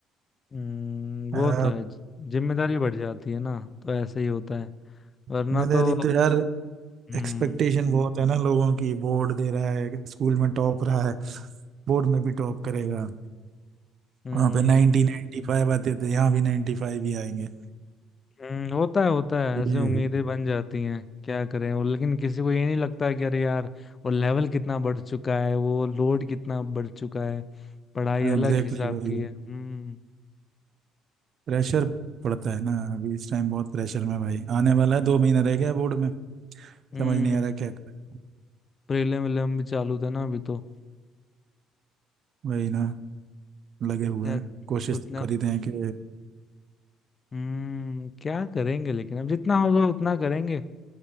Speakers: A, on the left; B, on the right.
A: हम्म,
B: आ,
A: वो तो है जिम्मेदारी बढ़ जाती है ना तो ऐसे ही होता है वरना
B: जिम्मेदारी
A: तो
B: तो यार
A: हम्म
B: एक्सपेक्टेशन बहुत है ना लोगों की बोर्ड दे रहा है स्कूल में टॉप रहा है बोर्ड में भी टॉप करेगा
A: हम्म
B: वहाँ पे नाइनटी नाइन्टी फाइव आते थे यहाँ भी नाइन्टी फाइव ही आएंगे
A: हम्म, होता है होता है ऐसे
B: ये
A: उम्मीदें बन जाती हैं क्या करें और लेकिन किसी को ये नहीं लगता है कि अरे यार वो लेवल कितना बढ़ चुका है वो लोड कितना बढ़ चुका है पढ़ाई
B: एग्जैक्टली
A: अलग हिसाब
B: exactly भाई
A: की है हम्म
B: प्रेशर पड़ता है ना अभी इस टाइम बहुत प्रेशर में भाई आने वाला है दो महीना रह गया बोर्ड में
A: हम्म
B: समझ नहीं आ रहा क्या करें
A: प्रीलिम विलियम भी चालू थे ना अभी तो
B: वही ना लगे
A: उतने
B: हुए हैं कोशिश
A: उतना
B: तो कर ही रहे हैं कि
A: हम्म क्या करेंगे लेकिन अब जितना होगा उतना करेंगे